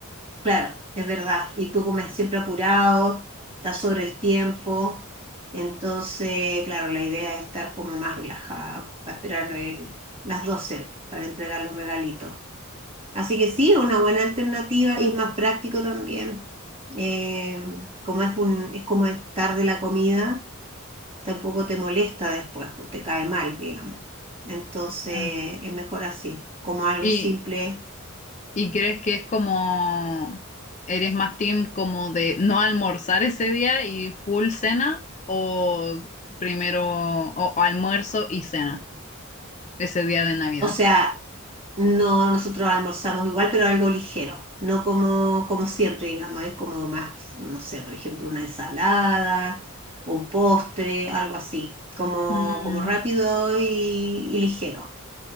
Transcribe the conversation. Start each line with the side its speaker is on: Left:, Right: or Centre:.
Right: claro, es verdad. Y tú comes siempre apurado, estás sobre el tiempo. Entonces, claro, la idea es estar como más relajada para esperar eh, las 12 para entregar los regalitos. Así que sí, es una buena alternativa y es más práctico también. Eh, como es un, es como estar de la comida, tampoco te molesta después, pues te cae mal, digamos. Entonces,
Left: Mm.
Right: es mejor así, como algo
Left: Y,
Right: simple.
Left: ¿Y crees que es como, eres más team como de no almorzar ese día y full cena o primero o, o almuerzo y cena ese día de Navidad?
Right: O sea, no nosotros almorzamos igual, pero algo ligero. No como, como siempre, digamos, es como más, no sé, por ejemplo, una ensalada o un postre, algo así, como,
Left: Mm,
Right: como rápido y y ligero.